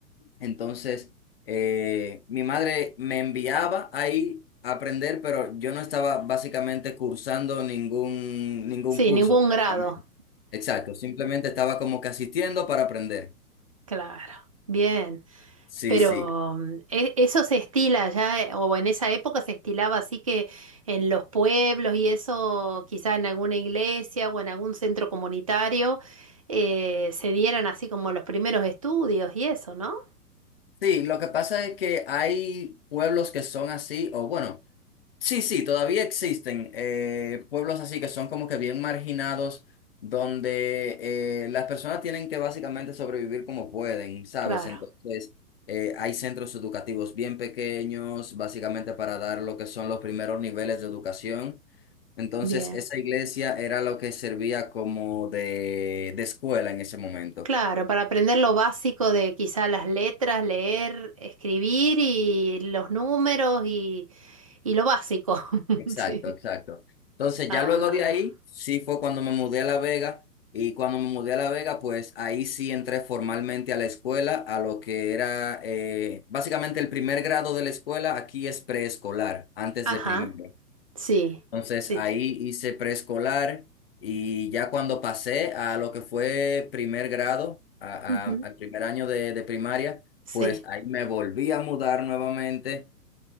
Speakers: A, on the left; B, on the right.
A: Entonces, eh, mi madre me enviaba ahí a aprender, pero yo no estaba básicamente cursando ningún, ningún
B: Sí,
A: curso.
B: ningún
A: prácticamente.
B: grado.
A: Exacto, simplemente estaba como que asistiendo para aprender.
B: Claro. Bien.
A: Sí,
B: Pero
A: sí.
B: mm, e- eso se estila ya, eh, o en esa época se estilaba así que en los pueblos y eso, quizá en alguna iglesia o en algún centro comunitario, eh, se dieran así como los primeros estudios y eso, ¿no?
A: Sí, lo que pasa es que hay pueblos que son así, o bueno, Sí, sí, todavía existen eh, pueblos así que son como que bien marginados, donde eh, las personas tienen que básicamente sobrevivir como pueden, ¿sabes?
B: Claro,
A: Entonces, eh, hay centros educativos bien pequeños, básicamente para dar lo que son los primeros niveles de educación. Entonces,
B: bien.
A: esa iglesia era lo que servía como de, de escuela en ese momento.
B: Claro, para aprender lo básico de quizá las letras, leer, escribir y los números y, y lo básico. <laughs>
A: Exacto,
B: Sí.
A: exacto. Entonces,
B: Ah,
A: ya luego de ahí, sí fue cuando me mudé a La Vega y cuando me mudé a La Vega, pues ahí sí entré formalmente a la escuela, a lo que era eh, básicamente el primer grado de la escuela, aquí es preescolar, antes
B: ajá,
A: de primero.
B: sí,
A: Entonces,
B: sí,
A: ahí
B: sí.
A: hice preescolar y ya cuando pasé a lo que fue primer grado, a-
B: Ujú,
A: a- al primer año de, de primaria,
B: sí.
A: pues ahí me volví a mudar nuevamente